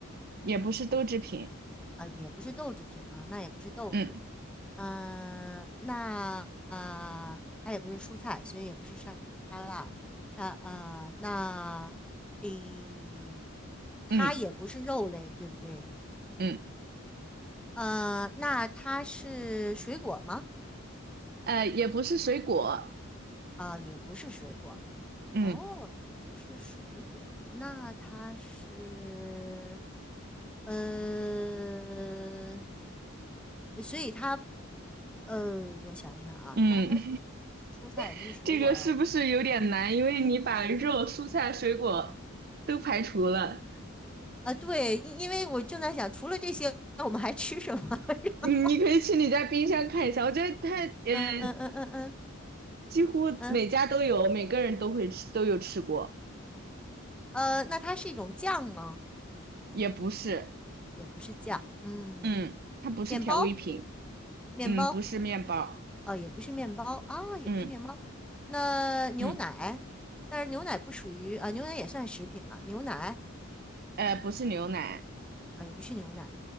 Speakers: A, on the right; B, in the centre.
A: 也不是豆制品，
B: 啊，也不是豆制品啊，那也不是豆腐，
A: 嗯
B: 嗯、那啊、它也不是蔬菜，所以也不是沙沙拉，沙呃，那诶，它也不是肉类，
A: 嗯
B: 对不对？
A: 嗯，
B: 呃，那它是水果吗？
A: 呃，也不是水果，
B: 啊、也不是水果，
A: 嗯
B: 哦，也不是水果，那它是呃。所以它呃，我想一想啊，
A: 嗯，
B: 那它既不是蔬菜，也不是水果啊，
A: <laughs> 这个是不是有点难？因为你把肉、蔬菜、水果都排除了。
B: 啊，对，因因为我正在想，除了这些，我们还吃什么？<laughs>
A: 你你可以去你家冰箱看一下，我觉得它呃
B: 嗯嗯嗯嗯嗯
A: 几乎每家都有，
B: 嗯，
A: 每个人都会吃，都有吃过，
B: 呃，那它是一种酱吗？
A: 也不是，
B: 也不是酱，嗯，
A: 嗯，它不是调味品，
B: 面包，面包，
A: 嗯，不是面包，
B: 呃，也不是面包啊，也不是面包。
A: 嗯
B: 那牛奶，
A: 嗯，
B: 但是牛奶不属于啊、牛奶也算食品吧？牛奶
A: 呃，不是牛奶，
B: 啊、也不是牛奶，